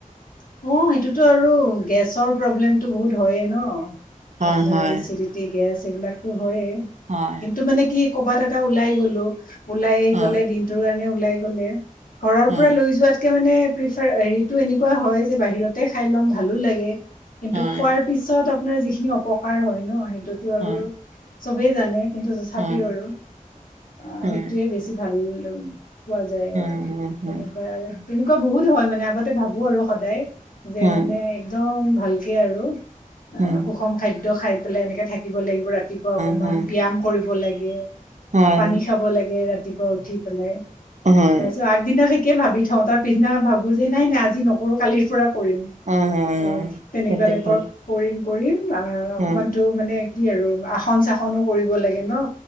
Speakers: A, on the left; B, on the right.
A: অ সেইটোতো আৰু গেছৰ প্ৰব্লেমতটো বহুত হয়য়েই ন।
B: হয়,
A: আপোনাৰ
B: হয়,
A: এই চিৰিটি গেছ এইবিলাক টো হয়য়ে
B: হয়,
A: কিন্তু মানে কি ক'বাত এটা ওলাই গ'লো ওলাইে
B: অ',
A: গ'লে দিনটোৰ কাৰণে ওলাই গ'লে ঘৰৰ
B: হয়,
A: পৰা লৈ যোৱাত মানে প্ৰেছাৰ হেৰিটো এনেকুৱা হয় যে যে বাহিৰতে খাই ল'ম ভালো লাগে। কিন্তু
B: হয়,
A: খোৱাৰ পিছত অ আপোনাৰ যিখিনি অপকাৰ হয় ন সেই সেইটো তো আৰু
B: হয়,
A: চবে জানে। কিন্তু তথাপিও
B: হয়,
A: আৰু, অ
B: হয়, হয়,
A: সেইটোৱে বেছি ভাল উম! কোৱা যায়
B: হয়, হয়, হয়,
A: এনেকুৱাই আৰু। তেনেকুৱা বহুত হয় মানে আগতে ভাবোঁ আৰু সদায় যে
B: হয়,
A: মানে একদম ভালকে আৰু অ
B: হয়, হয়,
A: সুষম খাদ্য খাই বোলে এনেকে থাকিব লাগিব ৰাতি-পুৱা অকমান
B: হয়,
A: ব্যায়াম কৰিব লাগি ইয়েহ
B: হয়,
A: পানী খাব লাগে ৰাতি ৰাতিপুৱা উঠি পেলাই
B: হয়,
A: অছ আগ দিনে সেই ভাবি থওঁ তাৰ পছদিনা ভাবোঁ যে নাই নাই আজি নকৰোঁ কালি কৰিম অহ,
B: হয়, হয়,
A: তেনেকুৱা
B: সঠিক
A: টাইপৰ
B: কথা,
A: কৰিম কৰিম না অ অকমানতো
B: হয়,
A: মানে কি আৰু আসন চাসনো কৰিব লাগে ন